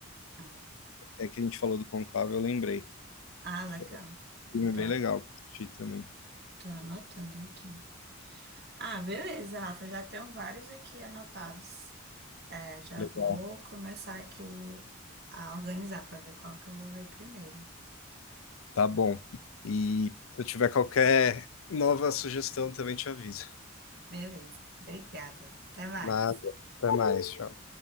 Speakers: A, on the right; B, on the left.
A: ah,
B: É que a gente falou do Conclave, eu lembrei.
A: ah, legal.
B: Foi um filme
A: Tô,
B: bem legal que eu assisti também.
A: tô anotando aqui. Ah, beleza, Rafa. Já tenho vários aqui anotados. É, já
B: Legal.
A: vou começar aqui a organizar para ver qual que eu vou ver primeiro.
B: Tá bom. E se eu tiver qualquer nova sugestão, também te aviso.
A: Beleza, obrigada. Até mais.
B: Nada. Até mais. Tchau.